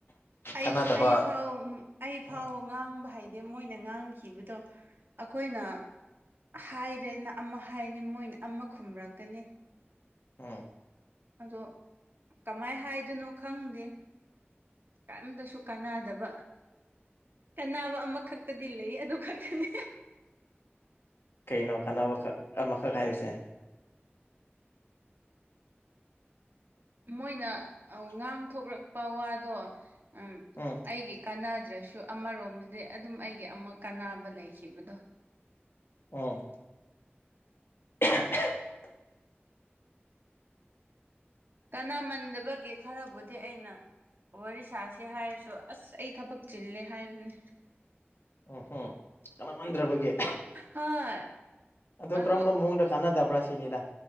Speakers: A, on the right; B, on the left.
A: ꯑꯩ
B: ꯀꯥꯟꯅꯗꯕ
A: ꯑꯩ ꯐꯥꯎ ꯑꯩ ꯐꯥꯎ
B: ꯎꯝ
A: ꯉꯥꯡꯕ ꯍꯥꯏꯗꯤ ꯃꯣꯏꯅ ꯉꯥꯡꯈꯤꯕꯗꯣ ꯑꯩꯈꯣꯏꯅ ꯍꯥꯏꯔꯦꯅ ꯑꯃ ꯍꯥꯏꯅꯤ ꯃꯣꯏꯅ ꯑꯃ ꯈꯨꯝꯔꯛꯀꯅꯤ
B: ꯎꯝ
A: ꯑꯗꯣ ꯀꯃꯥꯏ ꯍꯥꯏꯗꯣꯏꯅꯣ ꯈꯪꯗꯦ ꯀꯔꯤꯝꯇꯁꯨ ꯀꯥꯟꯅꯗꯕ ꯀꯥꯟꯅꯕ ꯑꯃꯈꯛꯇꯗꯤ ꯂꯩ ꯑꯗꯨ ꯈꯛꯇꯅꯤ
B: ꯀꯩꯅꯣ ꯀꯥꯟꯅꯕꯈꯛ ꯑꯃꯈꯛ ꯍꯥꯏꯕꯁꯦ
A: ꯃꯣꯏꯅ ꯉꯥꯡꯊꯣꯂꯛꯄ ꯋꯥꯗꯣ ꯑꯩꯒꯤ
B: ꯎꯝ
A: ꯀꯥꯟꯅꯗ꯭ꯔꯁꯨ ꯑꯃꯔꯣꯝꯗꯗꯤ ꯑꯗꯨꯝ ꯑꯩꯒꯤ ꯑꯃꯨꯛ ꯀꯥꯟꯅꯕ ꯂꯩꯈꯤꯕꯗꯣ
B: ꯑꯣ ꯍ <unintelligible>
A: ꯅꯥꯝꯃꯟꯗꯕꯒꯤ ꯈꯔꯕꯨꯗꯤ ꯑꯩꯅ ꯋꯥꯔꯤ ꯁꯥꯥꯁꯦ ꯍꯥꯏꯔꯁꯨ ꯑꯁ ꯑꯩ ꯊꯕꯛ ꯆꯤꯜꯂꯦ ꯍꯥꯏꯕꯅꯤ
B: ꯎꯝ ꯍꯝ ꯀꯅꯥꯃꯟꯗ꯭ꯔꯕꯒꯦ
A: ꯍꯣꯏ
B: ꯑꯘꯨ
A: ꯑꯗꯣ
B: ꯀꯔꯝꯕ ꯃꯑꯣꯡꯗ ꯀꯥꯟꯅꯗꯕ꯭ꯔꯥ ꯁꯤꯅꯤꯗ